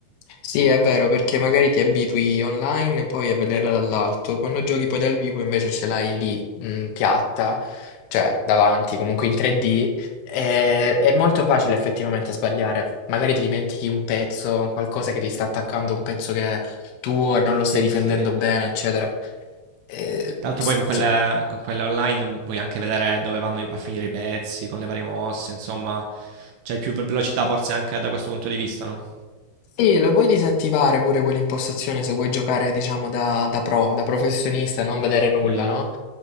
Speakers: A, on the left (about 75°); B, on the right (about 75°).
A: Sì, è vero, perché magari ti abitui online poi a vederla dall'alto, quando giochi poi dal vivo invece ce l'hai lì, mh, piatta, cioè davanti, comunque in 3D, e- è molto facile effettivamente sbagliare. Magari ti dimentichi un pezzo, un qualcosa che ti sta attaccando, un pezzo che è tuo e non lo
B: Sì,
A: stai difendendo
B: sì.
A: bene, eccetera. Eh,
B: Tra l'altro
A: sì.
B: poi con quelle, con quelle online puoi anche vedere dove vanno a finire i pezzi, con le varie mosse, insomma, c'hai più velocità forse anche da questo punto di vista, no?
A: Sì, lo puoi disattivare pure quell'impostazione se vuoi giocare, diciamo, da, da pro, da professionista, non vedere nulla,
B: Mm.
A: no?